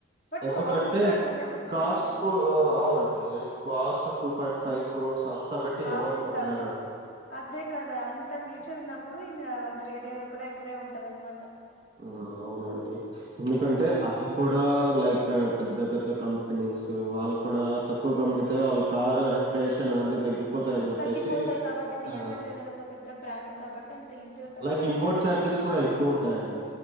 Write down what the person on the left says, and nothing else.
బట్
కాస్ట్ కూడా అట్లనే ఉంటది.
అంత
అదే కదా! అంత ఫ్యూచర్ ఉన్నప్పుడు ఇంకా అంత రేడియా కూడా ఎక్కువే ఉంటది అనమాట
హ్మ్.
తగ్గిపోతాయి కాబట్టి బిఎండబ్ల్యూ
అనేది ఒక పెద్ద బ్రాండ్ కాబట్టి అంత ఈజీగా తక్కువ
రేట్కి
ఇయ్యరన్